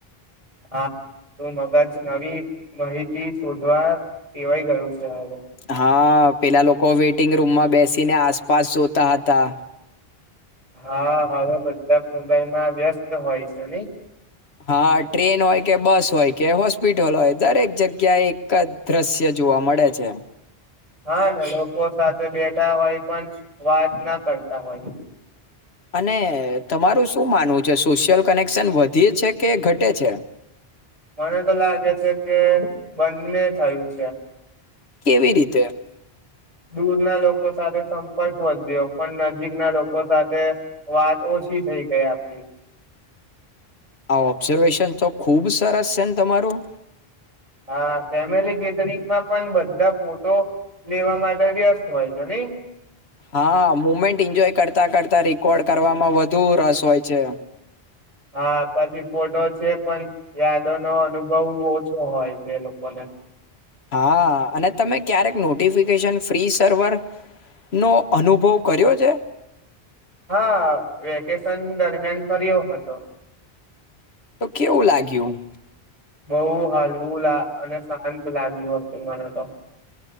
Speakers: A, on the right; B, on the left.
A: હા તું મગજ નવી માહિતી શોધવા દેવાય ગયું છે હવે
B: હા પેલા લોકો વેઇટિંગ રૂમમાં બેસીને આસપાસ સોતા હતા.
A: હા હવે બધા મોબાઈલ માં વ્યસ્ત હોય છે નઈ
B: હા ટ્રેન હોય કે બસ હોય કે હોસ્પિટલ હોય દરેક જગ્યા એક જ દ્રશ્ય જોવા મળે છે.
A: હા ન લોકો સાથે બેઠા હોય પણ વાત ના કરતા હોય.
B: અને તમારું શું માનવું જ સોશિયલ કનેક્શન વધી છે કે ઘટે છે?
A: મને તો લાગે છે કે બંને થયું છે.
B: કેવી રીતે?
A: દૂર ના લોકો સાથે સંપર્ક વધ્યો પણ નજીકના લોકો સાથે વાત ઓછી થઈ ગઈ આપડી.
B: આ ઓબ્ઝર્વેશન તો ખૂબ સરસ છે ને તમારું.
A: હા ફેમિલી ગેટરિંગમાં પણ બધા ફોટો લેવા માટે વ્યસ્ત હોય છે નઈ
B: હા મુમેન્ટ એન્જોય કરતાં કરતા રેકોર્ડ કરવામાં વધુ રસ હોય છે.
A: હા પછી ફોટો છે પણ યાદો નો અનુભવ ઓછો હોય છે એ લોકોને
B: હા અને તમે ક્યારેક નોટિફિકેશન ફ્રી સર્વરનો અનુભવ કર્યો છે?
A: હા વેકેશન દરમિયાન કર્યો હતો.
B: તો કેવું લાગ્યું?
A: બહુ હલવું લ અને શાંત લાગ્યું હતું મને તો.